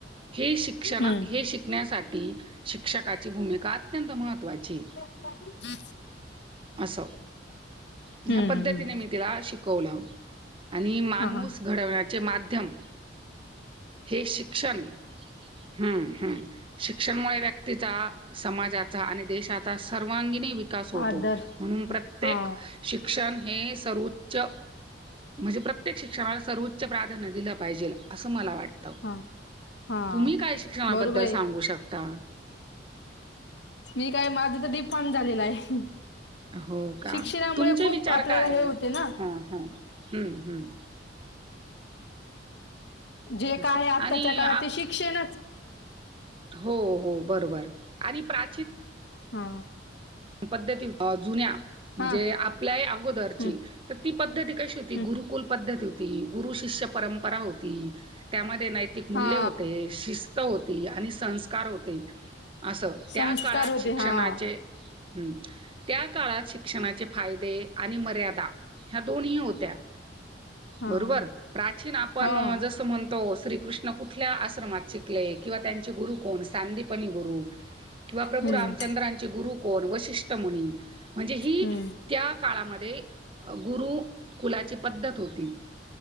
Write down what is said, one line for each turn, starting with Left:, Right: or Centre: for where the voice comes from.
Right: हे शिक्षणा
Left: हम्म.
Right: हे शिकण्यासाठी शिक्षकाची भूमिका अत्यंत महत्वाची आहे.
Left: <unintelligible>
Right: अस ह्या
Left: हम्म. हम्म.
Right: पद्धतीने मी तिला शिकवलं. आणि माणूस
Left: हा हा.
Right: घडवण्याचे माध्यम हे शिक्षण आहे हम्म हम्म. शिक्षण मुळे व्यक्तीचा समाजाचा आणि देशाचा सर्वांगिणी विकास होतो
Left: आदर
Right: म्हणून प्रत्येक
Left: हा.
Right: शिक्षण हे सर्वोच्च म्हणजे प्रत्येक शिक्षणाला सर्वोच्च प्राधान्य दिलं पाहिजेल असं मला वाटतं.
Left: हा. हा.
Right: तुम्ही काय शिक्षणाबद्दल
Left: बरोबर आहे.
Right: सांगू शकता.
Left: मी काय माझं तर डिफॉर्म झालेलाय आहे.
Right: हो का
Left: शिक्षणामुळे
Right: तुमचे
Left: खूप
Right: विचार
Left: आपल्याला
Right: काय
Left: हे
Right: आहे
Left: होते ना.
Right: हा हा हम्म हम्म.
Left: जे काय
Right: असं
Left: आहे आत्ताच्या
Right: आणि
Left: काळात
Right: आप
Left: ते शिक्षणच
Right: हो हो बरोबर आणि प्रा
Left: हा
Right: पद्धती अ जुन्या म्हणजे
Left: हा.
Right: आपल्या ही अगोदरची
Left: हम्म.
Right: तर ती पद्धती कशी होती
Left: हम्म.
Right: गुरुकुल पद्धती हो ती गुरु शिष्य परंपरा होती त्यामध्ये नैतिक मूल्य
Left: हा.
Right: होते शिस् त होती आणि संस्कार होते असं त्या
Left: संस्कार
Right: काळात
Left: होते.
Right: शिक्षणाचे
Left: हा.
Right: ह् त्या काळात शिक्षणाचे फायदे आणि मर्यादा ह्या दोनही होत्या.
Left: हा.
Right: बरोबर प्राचीन आपण
Left: हो, हो.
Right: जसं म्हणतो श्रीकृष्ण कुठल्या आश्रमात शिकले किंवा त्यांचे गुरु कोण सांदीपनी गुरु किंवा प्रभू
Left: हं,
Right: रामचंद्रांचे गुरु कोण वशिष्ट मुनी म्हणजे ही
Left: हं,
Right: त्या काळामध्ये गुरु कुलाची पद्धत होती.